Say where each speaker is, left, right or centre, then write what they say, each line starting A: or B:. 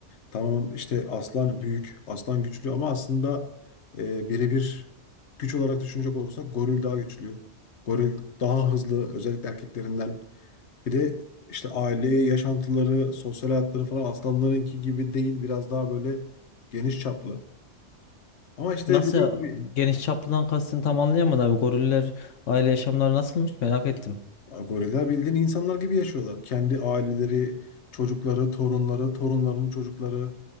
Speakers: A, on the left (about 70°); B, on the left (about 85°).
A: Tamam işte aslan büyük, aslan güçlü ama aslında e, birebir güç olarak düşünecek olursak goril daha güçlü. Goril daha hızlı özellikle erkeklerinden. Bir de işte aile yaşantıları, sosyal hayatları falan aslanlarınki gibi değil. Biraz daha böyle geniş çaplı. Ama işte
B: Nasıl
A: dediğim
B: ya
A: gibi
B: geniş çaplıdan kastını tam anlayamadım abi. Goriller aile yaşamları nasılmış merak ettim.
A: Ya Goriller bildiğin insanlar gibi yaşıyorlar. Kendi aileleri, çocukları, torunları, torunların çocukları